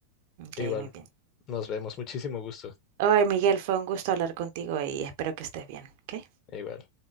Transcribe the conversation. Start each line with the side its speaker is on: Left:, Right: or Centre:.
Right: Ok,
Left: Igual,
Right: muy bien.
Left: nos vemos. Muchísimo gusto.
Right: Hoy, Miguel, fue un gusto hablar contigo y espero que estés bien, ¿ok?
Left: Igual.